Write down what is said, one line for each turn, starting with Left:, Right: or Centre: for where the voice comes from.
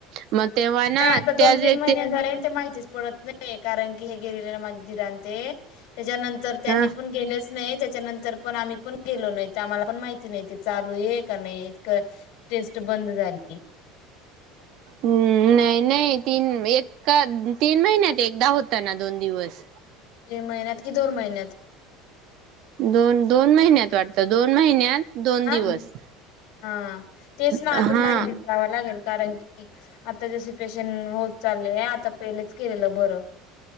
Right: मग तेव्हा ना
Left: नाही आता दोन
Right: त्याच व्यक्ती
Left: तीन महिने झाले ते माहितीच पडत नाही कारण की हे गेले माझे दिर आणि ते त्याच्यानंतर त्यांनी
Right: ह
Left: पण गेलेच नाहीत. त्याच्यानंतर पण आम्ही पण गेलो नाय तर आम्हाला पण माहिती नाय चालू ये का नाहीये क टेस्ट बंद झाली.
Right: नाही नाही तीन एक का तीन महिन्यात एकदा होता ना दोन दिवस
Left: महिन्यात की दोन महिन्यात
Right: दोन दोन महिन्यात वाटत दोन महिन्यात दोन
Left: ना
Right: दिवस
Left: हा तेच ना
Right: हा
Left: अजून माहिती कराव लागेल कारण की आता जसे पेशंट होत चालले हे आता पहिलेच केलेलं बरं.